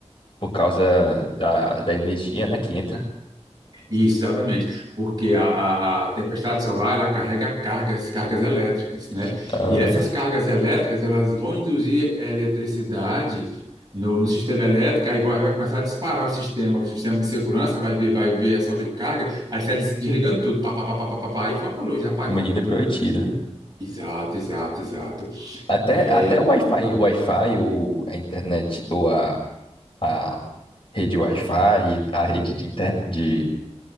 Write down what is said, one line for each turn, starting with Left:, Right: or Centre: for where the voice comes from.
Left: por causa da, da energia, né, que entra
Right: Isso, exatamente, porque a, a- a tempestade solar ela carrega cargas, cargas elétricas,
Left: e
Right: né?
Left: de- ah,
Right: E essas cargas elétricas elas vão induzir a eletricidade no, no sistema elétrico, aí vai, vai começar a disparar o sistema, o sistema de segurança vai ver, vai ver a sobrecarga, aí sai des- desligando tudo, pá, pá, pá, pá, pá, pá, pá, aí falta luz, é apagão.
Left: com medida prometida.
Right: Exato, exato, exato.
Left: Até,
Right: É,
Left: até o Wi-Fi, o Wi-Fi ou a internet, ou a, a rede Wi-Fi, a rede de internet, de,